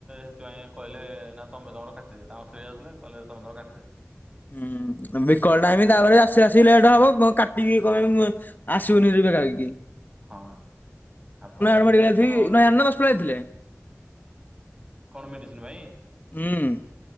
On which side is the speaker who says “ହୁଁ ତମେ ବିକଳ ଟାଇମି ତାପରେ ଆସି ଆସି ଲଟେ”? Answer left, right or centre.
Left